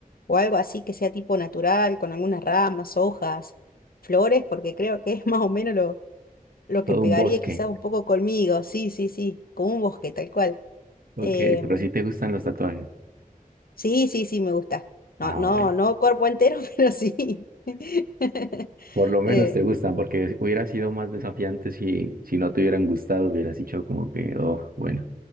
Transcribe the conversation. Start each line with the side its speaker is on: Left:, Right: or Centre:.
Left: o algo así que sea tipo natural, con algunas ramas, hojas, flores, porque creo que es <laughs> más o menos lo lo
Right: Todo
Left: que pegaría
Right: un bosque.
Left: quizás un poco conmigo, sí, sí, sí, como un bosque, tal cual.
Right: Ok,
Left: Em,
Right: pero si te gustan los tatuajes.
Left: sí, sí, sí, me gusta. No,
Right: Ah,
Left: no,
Right: bueno,
Left: no cuerpo entero, <laughs> pero sí. <laughs>
Right: por lo menos
Left: Eh,
Right: te gustan, porque hubiera sido más desafiante si, si no te hubieran gustado, hubieras dicho como que, oh, bueno,